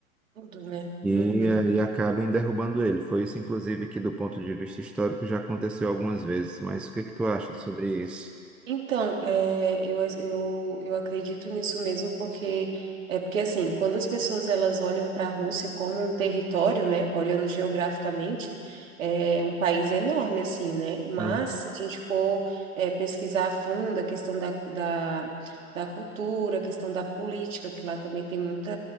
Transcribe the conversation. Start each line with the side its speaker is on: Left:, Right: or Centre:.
Right: tudo, né?
Centre: e
Right: Uhum.
Centre: aí acabem derrubando ele. Foi isso, inclusive, que do ponto de vista histórico já aconteceu algumas vezes. Mas o que que tu acha sobre isso?
Right: Então, é, eu, eu, eu acredito nisso mesmo, porque é porque assim, quando as pessoas elas olham para a Rússia como um território, né, olhando geograficamente, é um país enorme assim, né? Mas
Centre: Uhum,
Right: se a gente for é, pesquisar a fundo a questão da, da, da cultura, a questão da política, que lá também tem muita